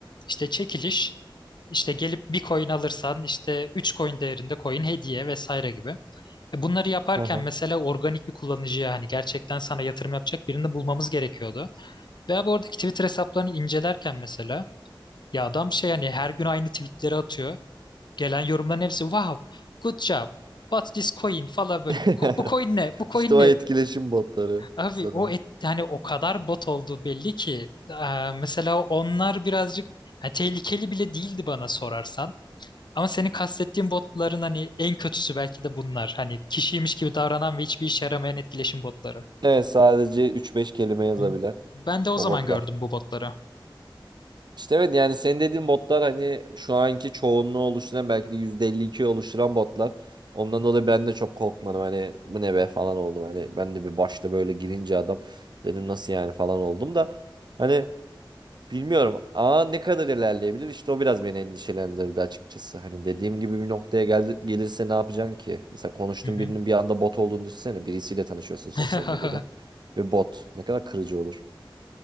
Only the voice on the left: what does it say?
işte çekiliş işte gelip bir coin alırsan işte 3 coin değerinde coin hediye vesaire gibi. E, Bunları yaparken
mesela organik bir kullanıcıya hani gerçekten sana yatırım yapacak birini bulmamız gerekiyordu. Veya bu oradaki Twitter hesaplarını incelerken mesela ya adam şey yani her gün aynı tweetleri atıyor. Gelen yorumların hepsi wow, good job, what's this coin falan böyle.
Bu, ko- bu coin ne? Bu
coin
ne?
Abi
o et, yani o kadar bot olduğu belli ki. Ee, mesela onlar birazcık hani tehlikeli bile değildi bana sorarsan. Ama senin kastettiğin botların hani en kötüsü belki de bunlar. Hani kişiymiş gibi davranan ve hiçbir işe yaramayan etkileşim botları.
Hı. Ben de o
zaman
gördüm bu botları.
Hı hı.
<laughs>